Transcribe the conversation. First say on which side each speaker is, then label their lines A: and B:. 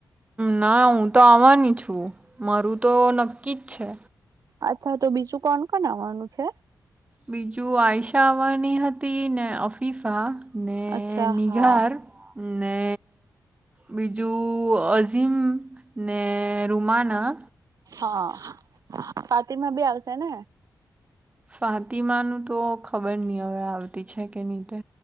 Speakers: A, on the right (about 20°); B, on the right (about 55°).
A: ના હું તો આવવાની છું. મારું તો નક્કી જ છે.
B: અચ્છા તો બીજું કોણ કોણ આવવાનું છે.
A: બીજું આયશા આવવાની હતી. ને અફીફા ને
B: અચ્છા
A: નિઘારને
B: હા
A: બીજું અઝીમ ને રૂમાના
B: હા ફાતિમા બી આવશેને
A: ફાતિમાનું તો ખબર નહીં હવે આવતી છે, કે નહીંતે